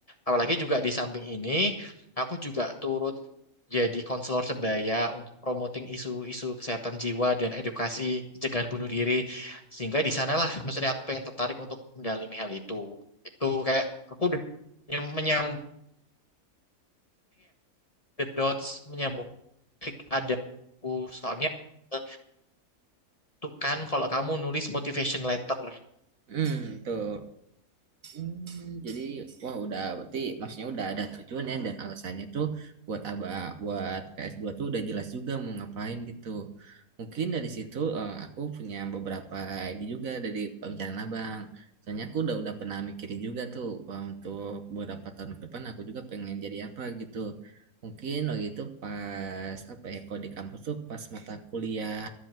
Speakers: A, on the left; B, on the right.
A: Apalagi juga di samping ini aku juga turut jadi konselor sebaya untuk promoting isu-isu kesehatan jiwa dan edukasi pencegahan bunuh diri sehingga di sanalah maksudnya aku pengen tertarik untuk mendalami hal itu. Itu kayak aku udah menyambung the dots menyambung klik ada aku soalnya itu kan kalau kamu nulis motivation letter
B: Hmm, tuh. Hmm, jadi wah udah berarti maksudnya udah ada tujuannya dan alasannya tuh buat aba buat ks dua tuh udah jelas juga mau ngapain gitu. Mungkin dari situ eh, aku punya beberapa ini juga dari pembicaraan Abang. Soalnya aku udah udah pernah mikirin juga tuh eh, untuk beberapa tahun ke depan aku juga pengen jadi apa gitu. Mungkin waktu itu pas apa ya kalau di kampus tuh pas mata kuliah